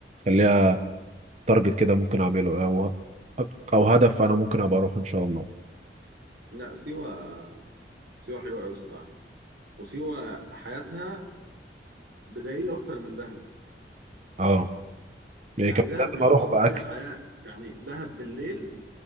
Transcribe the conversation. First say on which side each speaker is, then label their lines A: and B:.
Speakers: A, on the right; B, on the right.
A: خليها تارجت كده ممكن اعمله او او هدف انا ممكن ابقى اروح ان شاء الله
B: لا سيوه سيوه حلوه قوي الصراحه وسيوه حياتها بدائيه اكتر من دهب
A: اه يعني
B: يعني
A: كان
B: دهب
A: لازم
B: يعتبر
A: اروح باكل
B: فيها حياه يعني دهب بالليل